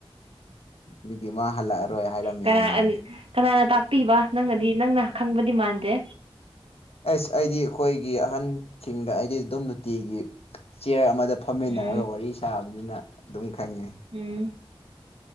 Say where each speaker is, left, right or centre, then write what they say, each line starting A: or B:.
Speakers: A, on the left; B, on the right.
A: ꯑꯗꯨꯒꯤ ꯃꯥ ꯍꯜꯂꯛꯑꯔꯣꯏ ꯍꯥꯏꯔꯝꯃꯤ
B: ꯀꯅꯥ
A: ꯍꯥꯏꯌꯦ
B: ꯀꯅꯥꯅ ꯇꯥꯛꯄꯤꯕ ꯅꯪꯅꯗꯤ ꯅꯪꯅ ꯈꯪꯕꯗꯤ ꯃꯥꯟꯗꯦ
A: ꯑꯁ ꯑꯩꯗꯤ ꯑꯈꯣꯏꯒꯤ ꯑꯍꯟꯁꯤꯡꯗ ꯑꯩꯗꯤ ꯑꯗꯨꯝ ꯅꯨꯡꯇꯤꯒꯤ ꯆꯤꯌ꯭ꯔ ꯑꯃꯗ ꯐꯝꯃꯤꯟꯅꯔꯒ
B: ꯎꯝ
A: ꯋꯥꯔꯤ ꯁꯥꯕꯅꯤꯅ ꯑꯗꯨꯝ ꯈꯪꯉꯦ
B: ꯎꯝ